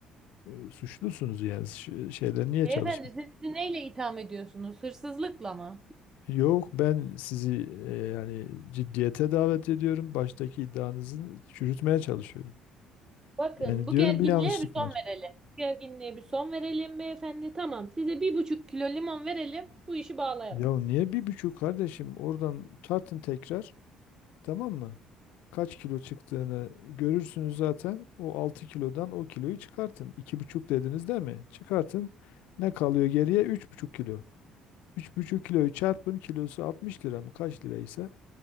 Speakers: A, on the left; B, on the right.
A: e, suçlusunuz yani Ş- şeyler niye
B: Beyefendi
A: çalışmıyor?
B: siz bizi neyle itham ediyorsunuz? Hırsızlıkla mı?
A: Yok ben sizi e, yani ciddiyete davet ediyorum. Baştaki iddianızı çürütmeye çalışıyorum.
B: Bakın
A: Yani
B: bu
A: diyorum
B: gerginliğe
A: bir yanlışlık
B: bir
A: var.
B: son verelim. Bu gerginliğe bir son verelim beyefendi. Tamam size bir buçuk kilo limon verelim. Bu işi bağlayalım.
A: Ya niye bir buçuk kardeşim oradan tartın tekrar tamam mı? Kaç kilo çıktığını görürsünüz zaten. O 6 kilodan o kiloyu çıkartın. İki buçuk dediniz değil mi? Çıkartın. Ne kalıyor geriye? Üç buçuk kilo. Üç buçuk kiloyu çarpın kilosu 60 lira mı kaç liraysa